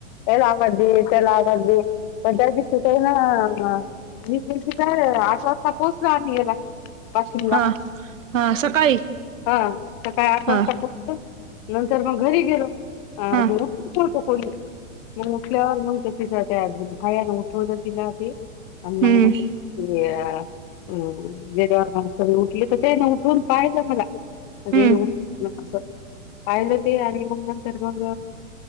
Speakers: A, on the left; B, on the right.
A: एलामली त्याला आमली प त्या सुट आहे ना. मी तु काय आश वाजता पोहोचलो आ याला वाशीमला
B: हा हा सकाळी
A: हां सकाळी आठ
B: हा.
A: वाजता नंतर मग घरी गेलो. त
B: हा.
A: कोणी उठल्यावर म्हण तिच्या त्या भायान उठवलं. तिला ते आम
B: हम्म
A: ममया.. हो जवारसरी उठली तर ते ना उठून पाहिलं मला
B: हम्म
A: उ असं पाहिलं ते आणि मग नंतर मग...